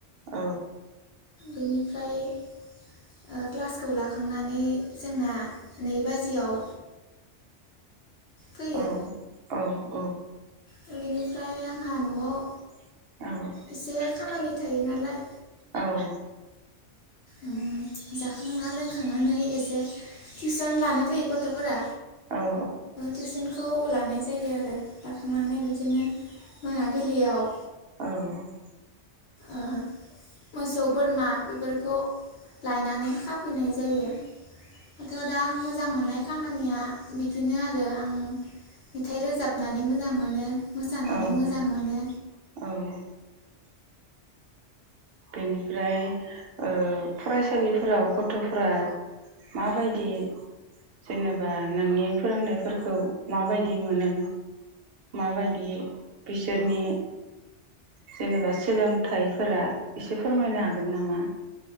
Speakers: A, on the right; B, on the left.
A: औ
B: बेनिफ्राय ओ क्लासखौ लाखांनानै जोंना नै बाजियाव फैयो
A: औ औ
B: ओ बिनिफ्राय आंहा न'आव
A: औ
B: एसे खामानि थायो नालाय
A: औ
B: ओम जाखांना लोंखांनानै एसे टिउसन लानो फैयो गथ'फोरा।
A: औ
B: टिउस खौ लानाय जायो आरो लाखांनानै बिदिनो मोनाबिलियाव
A: औ
B: ओ मोसौ बोरमा बिफोरखौ लायनानै खा फैनाय जायो दाथ' दा आं मोजां मोननाय खामानिया बिदिनो आरो आं मेथाइ रोजाबनानै मोजां मोनो।
A: औ
B: मोसानानै मोजां मोनो
A: औ बेनिफ्राय ओ फरायसालिफोराव गथ'फोरा माबायदि जेनेबा नोंनि फोरोंनायफोरखौ माबायदि मोनो माबायदि बिसोरनि जेनेबा सोलोंथाइफोरा एसे फोरमायनो हागोन नामा?